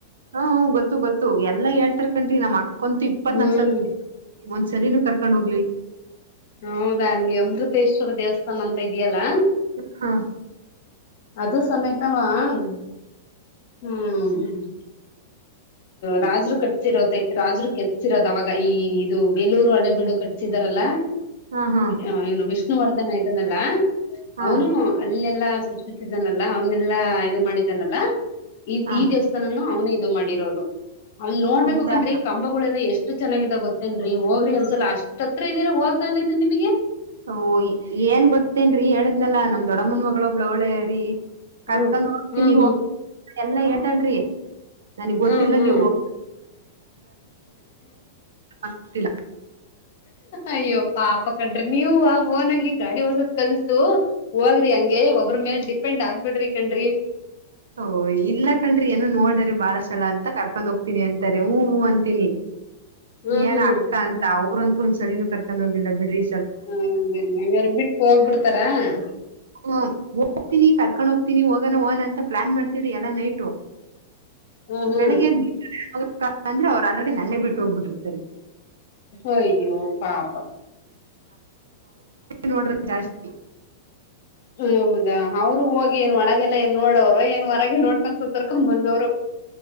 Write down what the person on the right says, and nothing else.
ಹ್ಮ ಗೊತ್ತು ಗೊತ್ತು ಎಲ್ಲಾ ಹೇಳ್ತರ್ ಕನ್್ರಿ ನಮ್ಮ್ ಅಕ್ಕ ಕುಂತು ಇಪ್ಪತ್ನಾಲ್ಕು
ಸಲ ಮುಂದ ಸಲಿನೂ ಕರ್ಕೊಂಡ್ ಹೋಗ್ಿಲ್ಲ
ಹಾ
ಹಾ ಹಾ
ಹಾ
ಹಾ
ಹೌದಾ
ಸ ಏನ್ ಗೊತ್ತೇನ್ರೀ ಹೇಳಿದ್ನಲ್ಲಾ ನಮ್ ದೊಡಮನ್ ಮಕ್ ಬಳರಿ ಕರ್ಕ
ನೋಡ್ತೀನಿ
ಹೋಗ ಎಲ್ಲ ಹೇಳ್ತನ್್ರಿ ನನಗ್
ಗೊತ್ತಿಲ್ಲಂಗಗೆ
ಹೋಗ ಆಗ್ತಿಲ್ಲ
ಹಓ ಇಲ್ಲ ಕನ್್ರಿ ಏನ ನೋಡ್ದರಿ ಬಾಳ ಚಲ ಅಂತ ಕರ್ಕೊಂಡ್ ಹೋಗ್ತ ಿ ಅಂತಾರೆ ಹ ಅ ತಿನ್ನಿ
ಏನ್
ಅಕ್ಕ ಅಂತ ಅವ್ರ ಒಂದ್ ಸಲಿನನು ಕರ್ಕೊಂಡ ಹೋಗಿಲ್ಲ ಬಿ್ರಿ
ಹ ಹೋಗ್ತೀನಿ ಕರ್ಕೊಂಡ್ ಹೋಗ್ತೀನಿ ಹೋಗಣ ಹಣ ಅಂತ ಪ್ಲಾನ್ ಮಾಡ್ತವ್ರಿ ಎಲ್ಲಾ ನೈಟು
ಬೆಳಿಗ್ಗೆ ಎ ಅಂದ್ರೆ ಅವ್ ಆಲ್ರೆಡಿ ನನ್ನೇಗ್ ಬಿಟ್ಟು ಹೋಗ್ಬಿಟ್ಟಿರ್ತಾರೆ
ನೋಡ್ರ ಜಾಸ್ತಿ